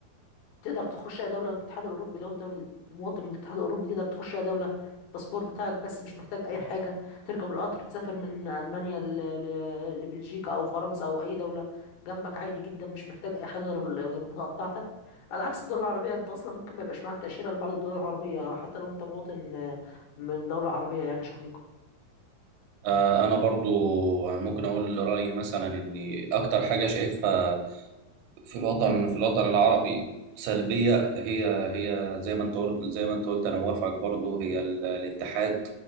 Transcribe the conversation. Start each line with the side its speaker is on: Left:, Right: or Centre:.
Left: تقدر تخش اي دوله بالاتحاد الاوروبي لو انت مواطن من الاتحاد الاوروبي تقدر تخش اي دوله الباسبور بتاعك بس مش محتاج اي حاجه تركب القطر تسافر من المانيا ل- ل- لبلجيكا او فرنسا او اي دوله جنبك عادي جدا مش محتاج اي حاجه غير ال- غير البطاقه بتاعتك على عكس الدول العربيه انت اصلا ممكن ما يبقاش معاك تاشيره لبعض الدول العربيه حتى لو انت مواطن من دوله عربيه يعني شقيقه
Right: آه انا برضو ممكن اقول رايي مثلا ان اكتر حاجه شايفها في الوطن في الوطن العربي سلبية هي هي زي ما انت قلت زي ما انت قلت انا موافقك برضو هي ال- الاتحاد